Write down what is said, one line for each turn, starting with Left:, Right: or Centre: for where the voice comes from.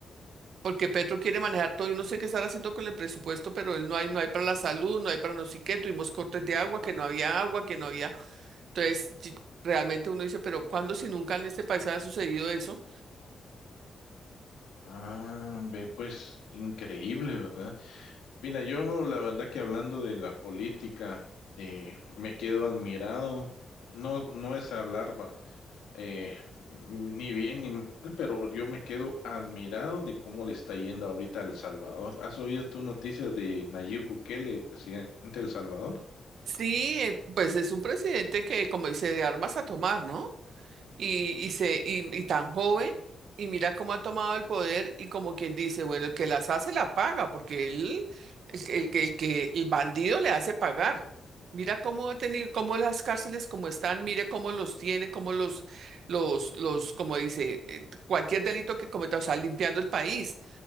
Right: Porque Petro quiere manejar todo, yo no sé qué estar haciendo con el presupuesto, pero él no hay, no hay para la salud, no hay para no sé qué, tuvimos cortes de agua, que no había agua, que no había. Entonces, y- realmente uno dice, pero ¿cuándo si nunca en este país ha sucedido eso?
Left: Ah, ve, pues increíble, ¿verdad? Mira, yo la verdad que hablando de la política, eh, me quedo admirado. No, no es hablar eh, ni bien ni mal, pero yo me quedo admirado de cómo le está yendo ahorita a El Salvador. ¿Has oído tú noticias de Nayib Bukele, presidente de El Salvador?
Right: Sí, eh, pues es un presidente que, como dice, de armas a tomar, ¿no? y, y, se, y, y tan joven, y mira cómo ha tomado el poder y como quien dice, bueno, el que las hace la paga, porque él, el, que- el, que el que el bandido le hace pagar. Mira cómo ha tenido, cómo las cárceles como están, mire cómo los tiene, cómo los, los, los, como dice, eh, cualquier delito que cometa, o sea, limpiando el país.